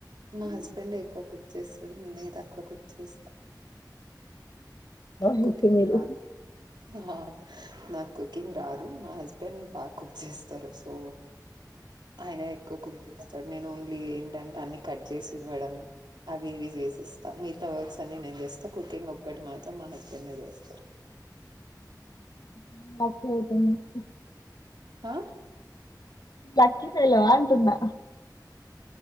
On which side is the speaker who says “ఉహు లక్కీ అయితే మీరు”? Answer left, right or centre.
Left